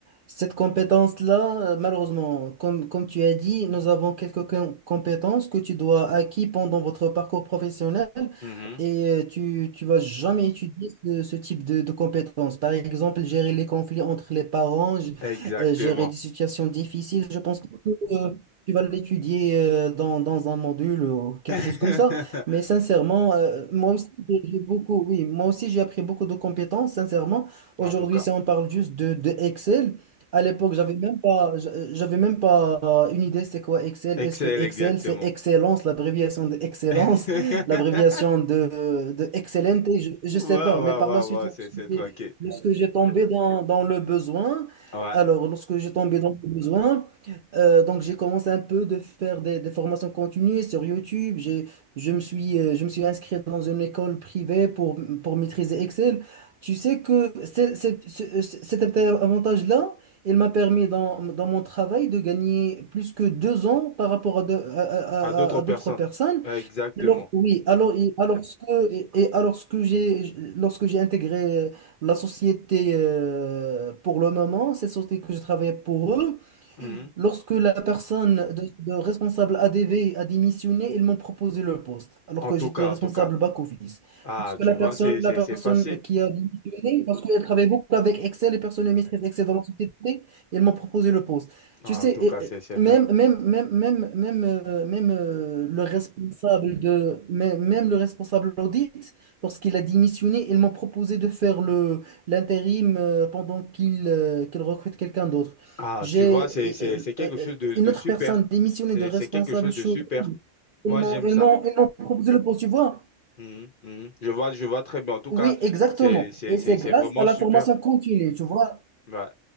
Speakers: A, on the right; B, on the left.
A: cette compétence-là, euh, malheureusement, comme, comme tu as dit, nous avons quelques com- compétences que tu dois acquis pendant votre parcours professionnel
B: Mhm.
A: et euh, tu, tu vas jamais étudier ce, ce type de, de compétences. Par exemple, gérer les conflits entre les parents, g-
B: Exactement.
A: euh, gérer des situations difficiles, je pense que euh, tu vas l'étudier euh, dans, dans un module ou quelque
B: <laughs>
A: chose comme ça. Mais sincèrement, euh, moi aussi, j'ai j'ai beaucoup, oui, moi aussi, j'ai appris beaucoup de compétences, sincèrement. Aujourd'hui,
B: En tout cas,
A: si on parle juste de, de Excel, à l'époque, j'avais même pas, j'a- j'avais même pas euh, une idée c'est quoi Excel.
B: excel,
A: Est-ce que Excel,
B: exactement.
A: c'est excellence, l'abréviation de excellence,
B: <laughs>
A: <laughs> l'abréviation de, de excellente, je, je sais
B: Waouh,
A: pas. Mais
B: waouh,
A: par
B: waouh,
A: la suite,
B: waouh,
A: lorsque
B: c'est c'est tranquille.
A: j'ai lorsque j'ai tombé dans, dans le besoin,
B: Ouais,
A: alors, lorsque j'ai tombé dans le besoin, euh, donc, j'ai commencé un peu de faire des, des formations continues sur YouTube. J'ai je me suis, euh, je me suis inscrit dans une école privée pour, pour maîtriser Excel. Tu sais que c'est- c'est- c'est- c'est- cet avantage-là, il m'a permis dans, dans mon travail de gagner plus que deux ans par rapport à, de- à- à-
B: à d'autres
A: à- à
B: personnes.
A: d'autres personnes.
B: Ouais, Exactement.
A: Alors, oui, alors, et- alors ce que, et, et alors ce que j'ai, lorsque j'ai intégré la société euh, pour le moment, cette société que je travaillais pour eux,
B: Mhm.
A: Lorsque la personne de, de responsable ADV a démissionné, ils m'ont proposé le poste, alors
B: En
A: que
B: tout
A: j'étais
B: cas,
A: responsable
B: en tout cas.
A: back-office.
B: Ah,
A: Lorsque
B: tu
A: la
B: vois,
A: personne,
B: c'est c'est-
A: la personne
B: c'est facile.
A: qui a démissionné, parce qu'elle travaille beaucoup avec Excel, les personnes qui maîtrisent Excel dans la société, ils m'ont proposé le poste.
B: Ah,
A: Tu sais,
B: en tout
A: et-
B: cas, c'est
A: et
B: c'est
A: même,
B: bien.
A: même, même, même, même, euh, même, euh, le responsable de, même, même le responsable audit, lorsqu'il a démissionné, ils m'ont proposé de faire le l'intérim euh, pendant qu'il euh, qu'il recrute quelqu'un d'autre.
B: Ah,
A: J'ai
B: tu vois, c'est c'est-
A: euh,
B: c'est quelque
A: euh,
B: chose de,
A: une
B: de
A: autre
B: super.
A: personne démissionnée
B: C'est
A: de responsable
B: c'est quelque chose
A: chose.
B: de super.
A: Ils
B: Moi,
A: m'ont,
B: j'aime
A: ils
B: ça.
A: m'ont, ils m'ont proposé le poste, tu vois.
B: Mhm, mhm. Je vois, je vois très bien. En tout
A: Oui,
B: cas,
A: exactement.
B: c'est c'est-
A: Et
B: c'est-
A: c'est
B: c'est
A: grâce
B: vraiment
A: à la
B: super.
A: formation continue, tu vois.
B: Ouais.